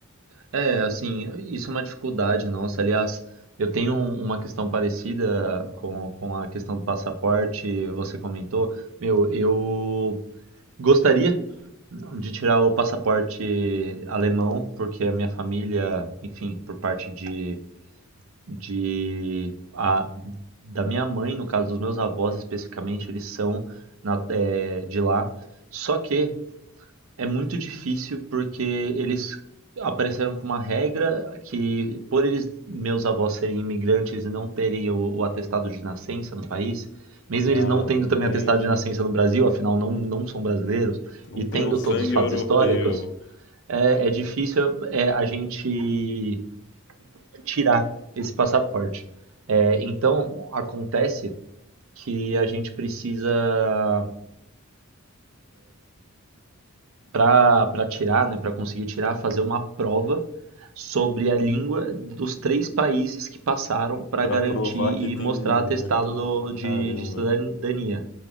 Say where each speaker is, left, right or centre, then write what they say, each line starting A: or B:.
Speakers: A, on the right; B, on the left.
A: É, assim, isso é uma dificuldade nossa. Aliás, eu tenho um- uma questão parecida com, com a questão do passaporte, você comentou. Meu, eu gostaria de tirar o passaporte alemão, porque a minha família, enfim, por parte de, de a, da minha mãe, no caso dos meus avós especificamente, eles são na- é, de lá. Só que é muito difícil porque eles apareceram com uma regra que, por eles, meus avós serem imigrantes e não terem o, o atestado de nascença no país, mesmo
B: Ah,
A: eles não tendo
B: não
A: também
B: tem,
A: atestado de nascença no Brasil, afinal não, não são brasileiros,
B: não
A: e
B: tem
A: tendo
B: o sangue
A: todos os fatos
B: europeu
A: históricos, é, é difícil é, a gente tirar esse passaporte. É, então, acontece que a gente precisa para para tirar, né, para conseguir tirar, fazer uma prova sobre a língua dos três países que passaram para
B: pra
A: garantir
B: provar
A: e
B: que tem.
A: mostrar atestado do, de,
B: Caramba,
A: de cidadania.